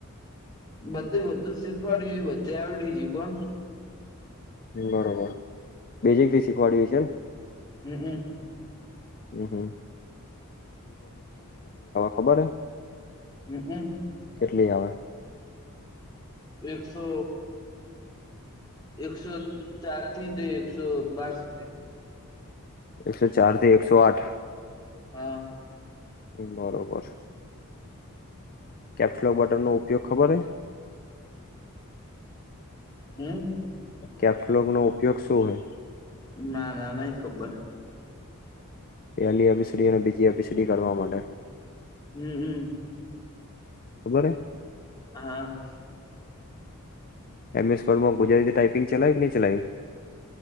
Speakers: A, on the left; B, on the left.
A: બધે
B: બરોબર.
A: બધું શીખવાડ્યું છે બધે આવડી ગ્યું કોણ
B: બરોબર બીજી થી શીખવાડી છે ને.
A: હમ્મ હમ્મ.
B: હમ્મ હમ્મ. ખબર હે
A: હમ્મ હમ્મ.
B: કેટલી આવે?
A: એકસો એકસો ચાર થી તે એકસો બાર સુધી.
B: એકસો ચાર થી એકસો આઠ
A: હા
B: બરોબર. કેપ્સલોગ બટન નો ઉપયોગ ખબર હે?
A: હમ્મ
B: કેપ્સલોકનો ઉપયોગ શું હે?
A: ના ના નઈ ખબર.
B: પહેલી એ બી સી ડી અને બીજી એ બી સી ડી કરવા માટે.
A: હમ્મ હમ્મ
B: ખબર હે?
A: હા.
B: એમ એસ વોર્ડ માં ગુજરાતી ટાઈપિંગ ચલાયું કે નહીં ચલાયું?